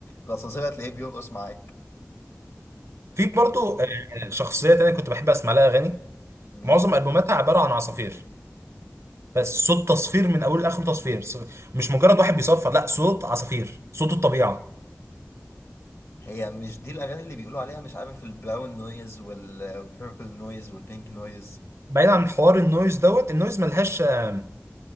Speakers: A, on the left (about 65°); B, on the right (about 65°).
A: الاسانسير هتلاقيه بيرقص معاك
B: في برضو آه، شخصيه تانية كنت بحب اسمع لها اغاني
A: مين
B: معظم البوماتها عباره عن عصافير بس صوت تصفير من اوله لاخره تصفير ص- مش مجرد واحد بيصفر لا صوت عصافير صوت الطبيعه
A: هي مش دي الاغاني اللي بيقولوا عليها مش عارف البراون نويز والبيربل نويز والبينك نويز
B: بعيد عن حوار النويز دوت النويز ملهاش آم،